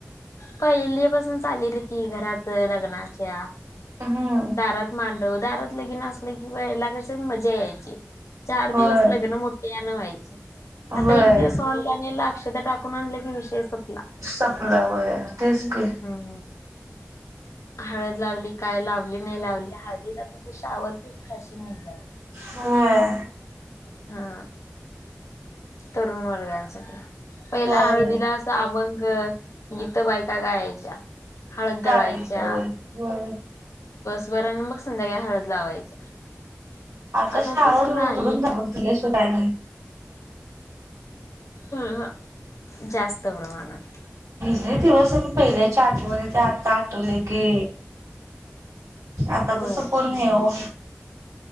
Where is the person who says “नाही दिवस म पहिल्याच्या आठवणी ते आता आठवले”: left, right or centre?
Right